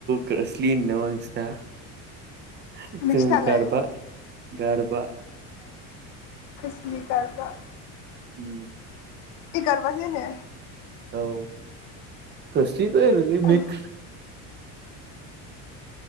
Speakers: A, on the right; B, on the left.
A: कोसलि होनोनामा नोंसिना? जों
B: नोंसिनालाय
A: गारबा गारबा।
B: खोसलि गारबा।
A: उम्म
B: ए गारबा सो होनो।
A: औ खोस्लिब बो होनोलै
B: आं
A: मिक्स।